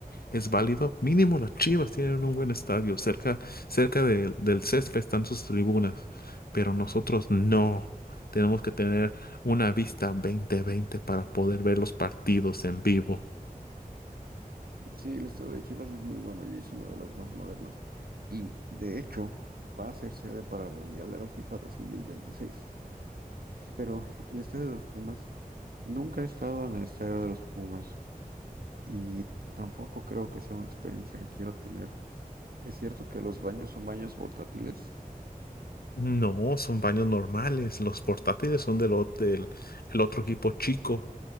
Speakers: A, on the left (about 85°); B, on the right (about 80°).
A: es válido. Mínimo las Chivas tienen un buen estadio. Cerca, cerca del del césped están sus tribunas. Pero nosotros no. Tenemos que tener una vista 2020 para poder ver los partidos en vivo.
B: Sí, el estadio de Chivas es muy bueno y es uno de los más modernos y de hecho va a ser sede para el Mundial de la FIFA 2026, pero el estadio de los Pumas nunca he estado en el estadio de los Pumas. y tampoco creo que sea una experiencia que quiero tener. ¿Es cierto que los baños son baños portátiles?
A: No, son baños normales. Los portátiles son del, ot- del- el otro equipo chico,